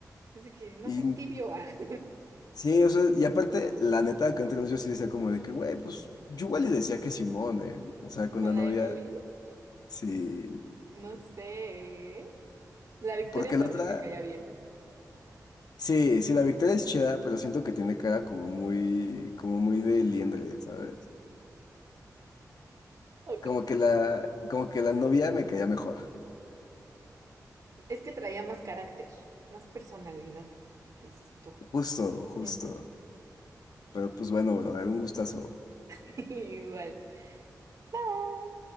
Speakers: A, on the right; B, on the left.
A: Dice que no
B: y
A: seas tibio, ah. <laughs>
B: sí, o sea, y aparte, la neta, que entre nosotros yo sí decía como de que, güey, pues, yo igual le decía que Simón, ¿eh? O sea, con
A: Con
B: la novia,
A: la Emily,
B: sí,
A: no sé. La Victoria
B: porque
A: también
B: la otra...
A: me caía bien.
B: Sí, sí, la victoria es chida, pero siento que tiene cara como muy, como muy de liendre, ¿sabes?
A: Ok.
B: Como que la, como que la novia me caía mejor.
A: Es que traía más carácter, más personalidad, dices tú.
B: Justo, justo.
A: Ujú.
B: Pero pues bueno, brother, un gustazo.
A: <laughs> Igual. Bye.